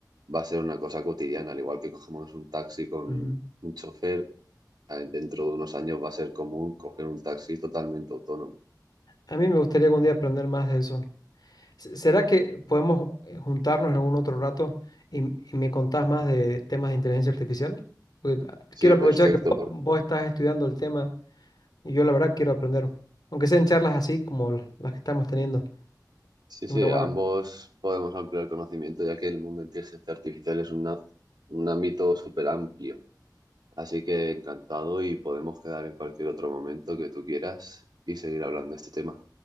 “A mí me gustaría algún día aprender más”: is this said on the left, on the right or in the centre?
Left